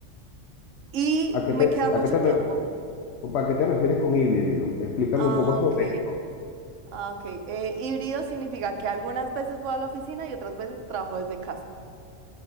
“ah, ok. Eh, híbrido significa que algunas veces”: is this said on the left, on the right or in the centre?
Right